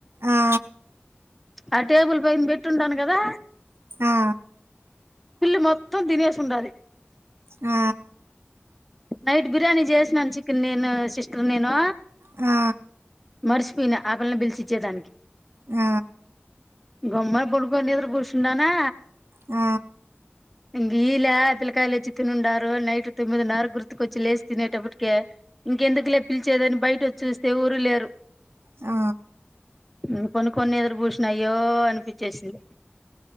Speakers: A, on the right; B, in the centre.
A: ఆ
B: అ టేబుల్ పైన్ బెట్టుండాన్ గదా
A: ఆ
B: పిల్లి మొత్తం తినేసుండాది
A: ఆ
B: నైట్ బిర్యానీ జేస్నాన్ చికెన్ నేనూ సిస్టర్ నేనూ
A: ఆ
B: మర్సిపోయినా ఆ పిల్లన్ పిలిచిచ్చే దానికి
A: ఆ
B: గమ్మున పడుకొని నిద్ర గూర్శుండానా
A: ఆ
B: ఇంగే ఈలే పిల్లకాయలు వచ్చి తినిండారు నైట్ తొమ్మిదిన్నర గుర్తుకొచ్చి లేచి తినేటప్పటికే ఇంకెందుకు లే పిలిచేదని బయటచ్చి చూస్తే ఎవరు లేరు
A: ఆ
B: ఇక కొన్ని కొన్ని ఎదురు బూషణాయో అనిపించేసింది